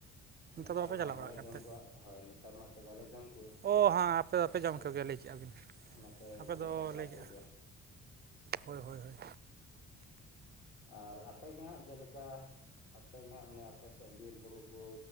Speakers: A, on the left (about 45°); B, on the right (about 35°).
A: ᱱᱮᱛᱟᱨ
B: ᱫᱚ ᱵᱟᱯᱮ
A: ᱢᱟ
B: ᱪᱟᱞᱟᱜ
A: ᱵᱟᱞᱮ
B: ᱵᱟᱲᱟᱜ ᱠᱟᱱᱛᱮ
A: ᱡᱚᱢ ᱠᱚᱣᱟ ᱦᱚᱭ ᱱᱮᱛᱟᱨ ᱢᱟᱛᱚ ᱵᱟᱞᱮ ᱡᱚᱢ ᱠᱚ
B: ᱚ ᱦᱮᱸ ᱟᱯᱮ
A: ᱛᱚ
B: ᱫᱚᱯᱮ
A: ᱵᱟᱞᱮ
B: ᱡᱚᱢ ᱠᱚᱜᱮᱭᱟ ᱞᱟᱹᱭ ᱠᱮᱫᱼᱟ ᱵᱤᱱ
A: ᱚᱱ ᱛᱮ
B: ᱟᱯᱮ
A: ᱵᱚᱞᱮ
B: ᱫᱚ
A: ᱥᱟᱵ ᱵᱲᱟ
B: ᱞᱟᱹᱭ ᱠᱮᱫᱼᱟ
A: ᱠᱚᱜᱭᱟ
B: ᱦᱳᱭ ᱦᱳᱭ ᱦᱳᱭ
A: ᱟᱨ ᱟᱯᱮᱜᱮ ᱦᱟᱜ ᱡᱮᱞᱮᱠᱟ ᱟᱯᱮᱜ ᱜᱮ ᱦᱟᱸᱜ ᱢᱟᱱᱮ ᱟᱯᱮ ᱥᱮᱫ ᱜᱮ ᱵᱩᱨᱩ ᱠᱚ